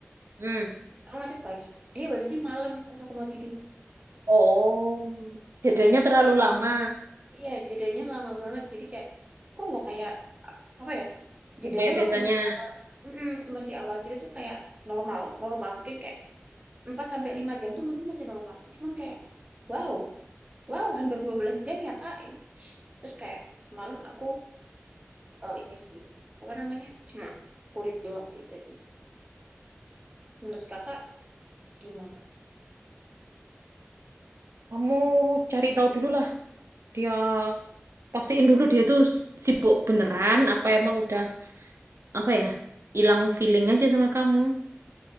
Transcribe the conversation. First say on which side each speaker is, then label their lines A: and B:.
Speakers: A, on the right; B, on the right.
A: Hmm.
B: aku ngechat pagi dia balesnya malam pas aku mau tidur
A: Oh, jedanya terlalu lama.
B: iya jedanya lama banget jadi kayak kok nggak kayak apa ya jedanya
A: Kayak biasanya.
B: waktu masih awal mm waktu masih awal cerita tuh kayak normal normal mungkin kayak 4 sampai 5 jam tuh menurut masih normal sih. Cuman kayak wow, wow hampir 12 jam ya Kak. Terus kayak semalam aku eh, ini sih apa namanya? Cuma kurit doang sih jadi. Menurut Kakak gimana?
A: Kamu cari tahu dulu lah. Dia pastiin dulu dia tuh sibuk beneran apa emang udah apa ya? Hilang feeling aja sama kamu.